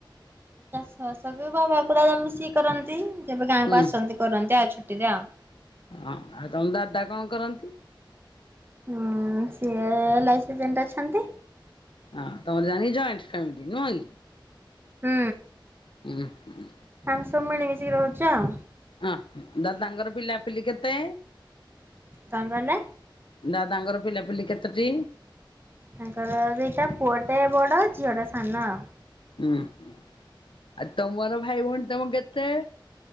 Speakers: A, on the right (about 25°); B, on the left (about 75°).
A: କୁ-ଚାଷ ବାସ ବାବା କରାଯାଏ ମିଶିକି କରନ୍ତି, ଯେବେ ଗାଁକୁ
B: ହୁଁ
A: ଆସନ୍ତି କରନ୍ତି ଆଉ ଛୁଟିରେ ଆଉ।
B: ଅଁ, ଆଉ ତୋମ ଦାଦା କଣ କରନ୍ତି?
A: ଅଁ, ସିଏ ଏଲାଇସି ଏଜେଣ୍ଟ ଅଛନ୍ତି।
B: ହଁ ତମର ଜାଣି ଜଏଣ୍ଟ ଫ୍ୟାମିଲି ନୁହଁ କି?
A: ହୁଁ।
B: ଉଁ ହୁଁ।
A: ଆମେ ସବୁ ମିଳି ମିଶିକି ରହୁଛୁ ଆଉ।
B: ଅଁ ଦାଦାଙ୍କର ପିଲାପିଲି କେତେ?
A: କଣ କହିଲେ?
B: ଦାଦାଙ୍କର ପିଲାପିଲି କେତୋଟି?
A: ତାଙ୍କର ଦିଟା ପୁଅଟେ ବଡ ଝିଅ ଟା ସାନ ଆଉ।
B: ଉଁ ହୁଁ ଆଉ ତମର ଭାଇ ଭଉଣୀ ତମ କେତେ?